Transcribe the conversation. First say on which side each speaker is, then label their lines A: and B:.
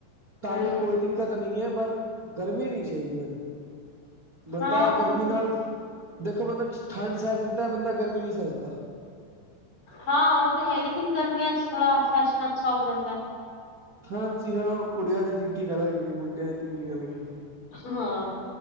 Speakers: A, on the right; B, on the left.
A: ਤਾਂ
B: ਹਮ
A: ਵੀ ਕੋਈ ਦਿੱਕਤ ਨਹੀਂ ਹੈ ਪਰ ਗਰਮੀ ਨਹੀਂ ਚਾਹੀਦੀ ਮੈਨੂ। ਬੰਦਾ
B: ਹਮ ਹਾਂ
A: ਗਰਮੀ
B: ਉਹ ਤੇ
A: ਨਾਲ ਦੇਖੋ ਬੰਦਾ ਠੰਡ ਸਹਿ ਸਕਦਾ ਬੰਦਾ ਗਰਮੀ ਨਹੀਂ ਸਹਿ ਸਕਦਾ।
B: ਹਾਂ ਉਹ ਤੇ ਹੈ ਲੇਕਿਨ ਗਰਮੀਆਂ ਚ ਥੋੜਾ ਫੈਸ਼ਨ ਅੱਛਾ ਹੋ ਜਾਂਦਾ।
A: ਹਾਂਜੀ ਹਾਂ ਕੁੜੀਆਂ ਦੀ ਥਿੰਕਿੰਗ ਅਲੱਗ ਹੈਗੀ ਮੁੰਡਿਆਂ ਦੀ ਥਿੰਕਿੰਗ ਅਲੱਗ ਹੈਗੀ।
B: ਹਾਂ